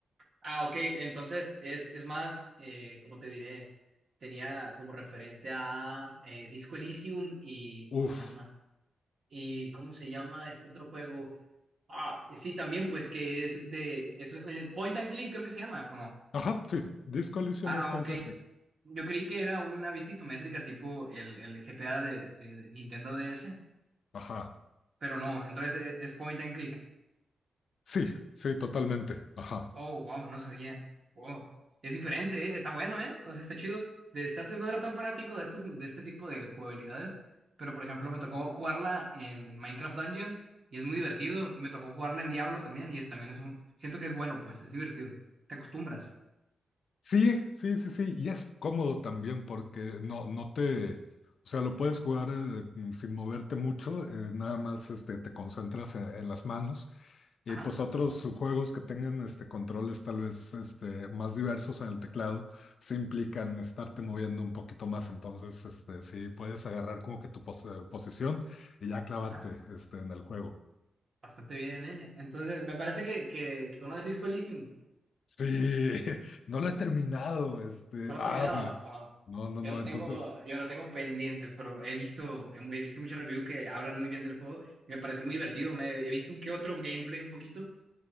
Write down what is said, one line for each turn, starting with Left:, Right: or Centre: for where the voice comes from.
Right: Ah, ok. Entonces es, es más, eh, ¿cómo te diré? Tenía como referente a eh, Disco Elysium y ¿cómo
Left: Uf.
Right: se llama? ¿Y cómo se llama este otro juego? Ah, sí, también, pues que es de eso, eh, point and click creo que se llama, ¿o no?
Left: Ajá, sí. Disco Elysium
Right: Ah,
Left: es
Right: ok.
Left: point and click.
Right: Yo creí que era una vista isométrica tipo el, el GTA de, de- de Nintendo DS,
Left: Ajá.
Right: pero no, entonces e- es, point and click.
Left: Sí, sí, totalmente. Ajá.
Right: Oh, wow, no sabía. Wow. Es diferente, ¿eh? Está bueno, ¿eh? O sea, está chido. Desde antes no era tan fanático de, estos, de este tipo de jugabilidades, pero por ejemplo me tocó jugarla en, en Minecraft Dungeons y es muy divertido, y me tocó jugarla en Diablo también, y es- también es un... Siento que es bueno, pues, es divertido. Te acostumbras.
Left: Sí, sí, sí, sí. Y es cómodo también porque no, no te. O sea, lo puedes jugar eh, sin moverte mucho, eh, nada más este, te concentras en, en las manos. Y
Right: Ajá,
Left: pues otros juegos que tengan este, controles tal vez este, más diversos en el teclado, sí implican estarte moviendo un poquito más. Entonces, este, sí puedes agarrar como que tu pos- eh, posición y ya clavarte
Right: ajá,
Left: este, en el juego.
Right: bastante bien, ¿eh? Entonces, me parece que, que, que conoces Disco Elysium.
Left: Sí, <laughs> no lo he terminado, este,
Right: ¿No lo has
Left: ah,
Right: terminado?
Left: me-
Right: Ah,
Left: no, no,
Right: yo
Left: no,
Right: lo
Left: entonces,
Right: tengo, yo lo tengo pendiente, pero he visto, he, he visto muchos reviews que hablan muy bien del juego. y me parece muy divertido. Me, he visto un que otro gameplay un poquito